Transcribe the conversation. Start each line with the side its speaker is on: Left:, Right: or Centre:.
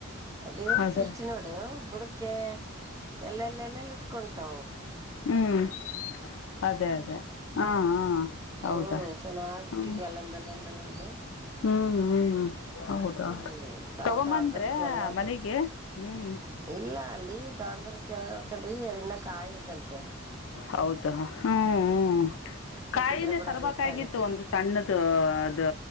Right: ಅ ದೇವ್ರ
Left: ಅದೇ
Right: ಸೃಷ್ಟಿ ನೋಡು ಬುಡಕ ಎಲ್ಲಲ್ಲೆಲ್ಲ ಉಟ್ಕೊತಾವ
Left: ಹ್ಮ್ ಅದೇ ಅದೇ ಹಾ ಹಾ
Right: ಹ್ಮ್
Left: ಹೌದಾ
Right: ಚೆನ್ನಾಗ್
Left: ಹ್ಮ
Right: ಬಿಟ್ಟಿದ್ವು ಅಲ್ಲೊಂದ್ ಅಲ್ಲೊಂದ್ ಅಲ್ಲೊಂದು
Left: ಹ್ಮ್ ಹ್ಮ್ ಹೌದ
Right: ಹ್ಮ್ ನಾವ್
Left: ತಗೊಂಬಂದ್ರೆ
Right: ತೋಟದವ್ರನ್ ಕೇಳ್ದೋಕೆ
Left: ಮನೆಗೆ ಹ್ಞೂ
Right: ಇಲ್ಲ ಅಲ್ಲಿ ತೊಡ್ದನ್ ಕೇಳ ಕಂಡವಿ ಅದ ಇನ್ನ ಕಾಯತ್ಂತೆ
Left: ಹೌದಾ ಹ್ಮ್
Right: ಕಿತ್ತಿದ್ರೆ
Left: ಕಾಯಿನೇ
Right: ಕೂಡ
Left: ತರ್ಬೇಕಾಗಿತ್ತು
Right: ವೇಸ್ಟ್ ಆಗತ್ತೆ
Left: ಒಂದು ಸಣ್ಣದ ಅದು